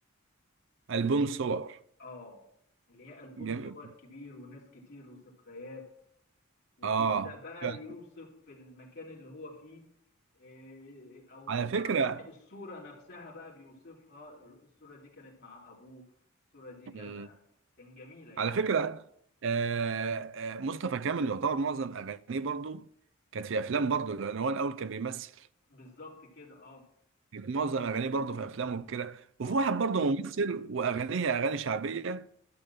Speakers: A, on the right; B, on the left.
A: البوم صور
B: اه اللي هي ألبوم
A: جميل
B: صور كبير وناس كتير وذكريات وبيبدأ
A: اه
B: بقى
A: ف-
B: يوصف المكان اللي هو فيه إيه، او
A: على
B: بمعنى
A: فكره
B: صح الصورة نفسها بقى بيوصفها الصورة دي كانت مع ابوه الصورة دي كذا
A: مم.
B: كان جميلة يعني
A: على فكره آه آه مصطفى كامل يعتبر معظم اغانيه برضه كانت في افلام برضه لان هو الاول كان بيمثل
B: بالظبط كده اه
A: كانت معظم اغانيه برضه في افلام وكده
B: اه
A: وفي واحد برضه ممثل واغانيه اغاني شعبيه